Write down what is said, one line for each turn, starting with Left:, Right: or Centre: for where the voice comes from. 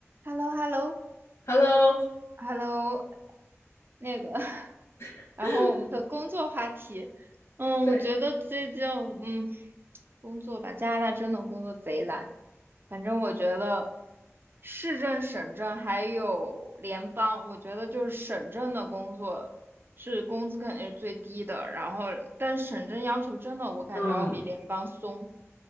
Right: h e l l o h e l l o
Left: Hello，
Right: h e l l o 那个，<laughs>
Left: <laughs>
Right: 然后我们的工作话题，嗯，
Left: 对，
Right: 我觉得最近，嗯，工作吧，加拿大真的工作贼难，反正我觉得市政、省政还有联邦，我觉得就是省政的工作是工资肯定是最低的，然后但是省政要求真的我感觉要比联邦松，
Left: 嗯